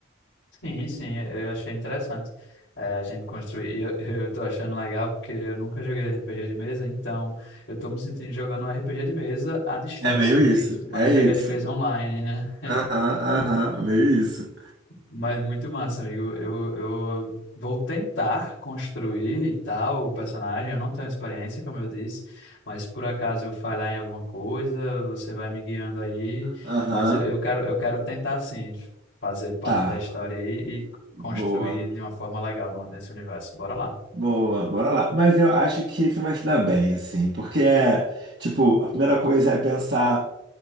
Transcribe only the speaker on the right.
É meio isso.
É
isso.
Aham, aham, meio isso.
Aham.
Tá.
Boa.
Boa. Bora lá. Mas eu acho que você vai se dar bem, assim. Porque, é, tipo, a primeira coisa é pensar,